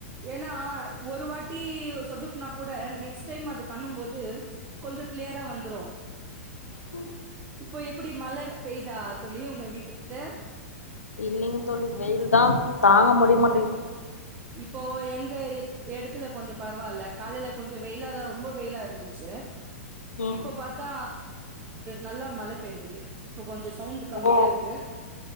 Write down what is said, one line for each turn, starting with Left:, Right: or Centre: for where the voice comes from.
Right: ஏன்னா ஒரு வாட்டி டி சொதுப்புனா கூட நெக்ஸ்ட் டைம் அது பண்ணு போது கொஞ்சோ கிளியரா வந்துரும்
Left: கூ
Right: இப்போ எப்டி மழ பெய்தா தோழி உங்க வீட்டு கிட்ட
Left: இல்லங்க தோழி வெயில் தா தாங்க முடிய மாட்டேங்குது
Right: இப்போ எங்க எட எடத்துல கொஞ்சோ பரவாயில்ல காலேல கொஞ்சோ வெயிலாதானோ ரொம்ப வெயிலா இருந்துச்சி
Left: ம்
Right: இப்ப பாத்தா நல்ல மழ பெய்ஞ்சது இப்ப கொஞ்சோ சவுண்ட் கம்மியா
Left: ஓ
Right: இருக்கு